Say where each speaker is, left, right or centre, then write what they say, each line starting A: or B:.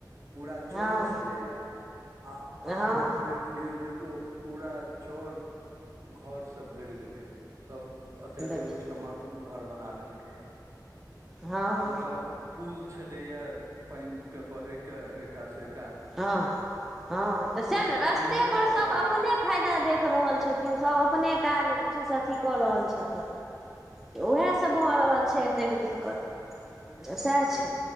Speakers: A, on the right (about 40°); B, in the centre.
A: पूरा चरे
B: हँ
A: छलैए आ आब
B: हँ
A: देख लियौ जे ओ पूरा चर घरसँ भरि गेलै सभ एते एते
B: देखियौ
A: ऊंच के घर बना लेलकै या
B: हँ
A: जतऽ पुल छलयया पैनि के बहे के एका त स
B: हँ हँ तऽ सएह ने
A: साइड
B: रस्ते
A: मुँहे
B: पर सभ
A: बना
B: अपने
A: देलकै
B: फायदा देख रहल छथिन सभ अपने काज जे छै से अथी कऽ रहल छथिन
A: तऽ
B: उएह सब भऽ रहल छै एतेक दिक्कत
A: ओहिसँ
B: सएह छै
A: तऽ